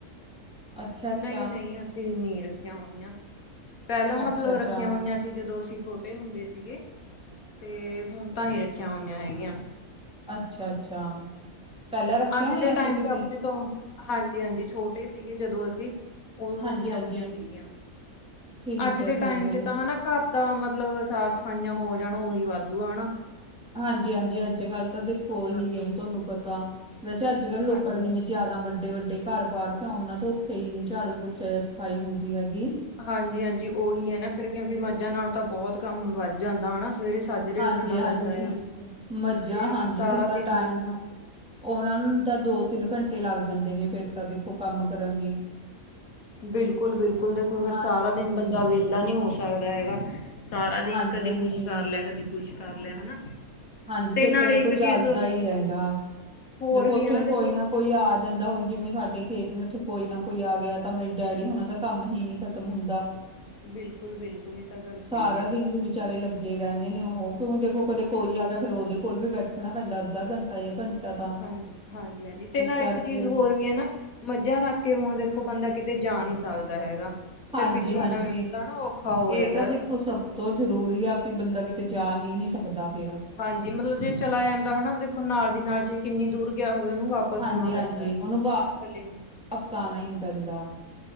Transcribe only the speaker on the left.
ਨਹੀਂ ਨਹੀਂ ਅਸੀਂ ਨੀ ਰੱਖੀਆਂ ਹੋਈਆਂ ਪਹਿਲਾਂ ਮਤਲਬ
ਰੱਖੀਆਂ ਹੋਈਆਂ ਸੀ ਜਦੋਂ ਅਸੀਂ ਛੋਟੇ ਹੁੰਦੇ ਸੀਗੇ ਤੇ ਹੁਣ ਤਾਂ ਨੀ ਰੱਖੀਆਂ ਹੋਈਆਂ ਹੈਗੀਆਂ
ਅੱਜ
ਦੇ ਟਾਈਮ
ਚ ਆਪਣੇ ਤੋਂ ਹਾਂਜੀ ਹਾਂਜੀ ਛੋਟੇ ਸੀਗੇ ਜਦੋਂ ਅਸੀਂ ਉਦੋਂ
ਰੱਖੀਆਂ
ਹੋਈਆਂ ਸੀਗੀਆਂ
ਅੱਜ
ਦੇ
ਟਾਈਮ
ਚ ਤਾਂ ਹਨਾ ਘਰ ਦਾ ਮਤਲਬ ਸਾਫ ਸਫਾਈਆਂ ਹੋ ਜਾਣ ਉਹੀ ਵੱਧ ਦੂ ਆ ਨਾ
ਕਰਨਾ
ਹਾਂਜੀ
ਹਾਂਜੀ ਹਾਂਜੀ ਉਹੀ ਹੈ ਨਾ ਫਿਰ ਕਿਉਂਕਿ ਮੱਝਾਂ ਨਾਲ ਤਾਂ ਬਹੁਤ ਕੰਮ ਵੱਧ ਜਾਂਦਾ ਹਨਾ ਸਵੇਰੇ ਸਾਜਰੇ
ਉੱਠਣਾ
ਪੈਂਦਾ ਆ
ਫਿਰ
ਸਾਰਾ
ਦਿਨ
ਦੇਖੋ
ਬਿਲਕੁਲ-ਬਿਲਕੁਲ ਦੇਖੋ ਫਿਰ
ਸਾਰਾ
ਦਿਨ ਬੰਦਾ ਵਿਹਲਾ ਨਹੀਂ ਹੋ ਸਕਦਾ ਹੈਗਾ ਸਾਰਾ
ਦਿਨ ਕਦੇ ਕੁਛ ਕਰ ਲਿਆ ਕਦੇ- ਕੁਛ ਕਰ ਲਿਆ ਹਨਾ।
ਤੇ
ਨਾਲੇ
ਇੱਕ
ਚੀਜ਼
ਹੋਰ
ਵੀ
ਹੈ
ਦੇਖੋ
ਬਿਲਕੁਲ ਬਿਲਕੁਲ ਇਹ ਤਾਂ ਗੱਲ ਸਹੀ
ਹੈ ਜੀ
ਹਾਂਜੀ-ਹਾਂਜੀ-ਹਾਂਜੀ ਤੇ
ਨਾਲ
ਇੱਕ ਚੀਜ਼ ਹੋਰ ਵੀ ਹੈ ਨਾ ਮੱਝਾਂ ਰੱਖ ਕੇ ਹੁਣ ਦੇਖੋ ਬੰਦਾ ਕਿਤੇ ਜਾ ਨਹੀਂ ਸਕਦਾ! ਦਾ ਹੈਗਾ।
ਫਿਰ ਪਿੱਛੋਂ ਐਵੇਂ ਹੁੰਦਾ ਨਾ ਔਖਾ ਹੋ
ਜਾਂਦਾ
ਮਤਲਬ
ਹਾਂਜੀ ਮਤਲਬ ਜੇ ਚਲਾ ਜਾਂਦਾ ਹਨਾ ਦੇਖੋ ਨਾਲ ਦੀ ਨਾਲ ਚ- ਕਿੰਨੀ ਦੂਰ ਗਿਆ। ਹੋਵੇ ਉਹਨੂੰ ਵਾਪਸ
ਹੋਣਾ ਪੈਂਦਾ ਹੈ।
ਇਕੱਲੇ ਨੂੰ